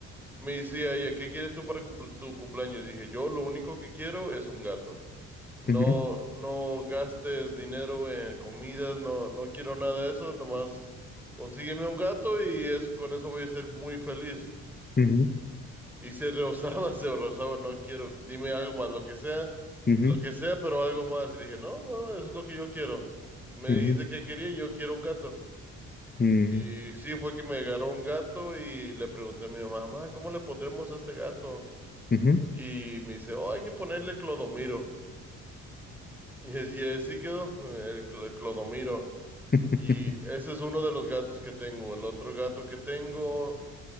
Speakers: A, in the centre; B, on the left.
A: Me decía ella, ¿qué quieres tú para cumple- tu cumpleaños? Dije, yo lo único que quiero es un gato. No,
B: ujú,
A: no gastes dinero en comidas, no, no quiero nada de eso, nomás consígueme un gato y es, con eso voy a ser muy feliz.
B: ujú,
A: Y se rozaba, <laughs> se rozaba, no quiero, dime algo más, lo que sea,
B: ujú,
A: lo
B: ujú.
A: que sea, pero algo más. Y le dije, no, no, eso es lo que yo quiero. Me
B: Ujú,
A: dijiste que quería, yo quiero un gato.
B: mm,
A: Y sí, fue que me agarró un gato y le pregunté a mi mamá, mamá, ¿cómo le pondremos a este gato?
B: ujú.
A: Y me dice, oh, hay que ponerle Clodomiro. <laughs> Y es- y así quedó, el, Cl- el Clodomiro.
B: <laughs>
A: Y ese es uno de los gatos que tengo. El otro gato que tengo,